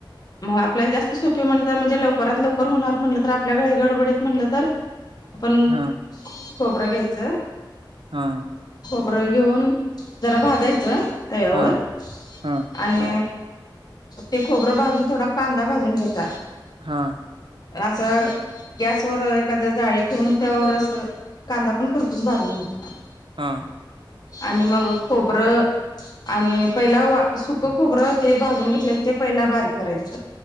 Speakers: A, on the left; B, on the right.
A: मगं आपल्याला जास्त सोपे म्हणलं तर, म्हणजे लवकरात लवकर होणार म्हटलं तर आपल्या गही गडबडीत म्हणलं तर, आपण
B: हा
A: खोबरं घ्यायचं
B: हा
A: खोबर घेऊन जरा भाजायचं तवावर
B: हा हा
A: आणि ते खोबरं भाजून थोडा कांदा भाजून घेयचा
B: हा.
A: असं गॅसवर एखाद्या जाळी ठेवून त्यावर अस कांदा पण खरपूच भाजून घेत
B: हा.
A: आणि मग खोबरं आणि पहिला सुक खोबरं ते भाजून घेतलेल ते पहिल बारीक करायच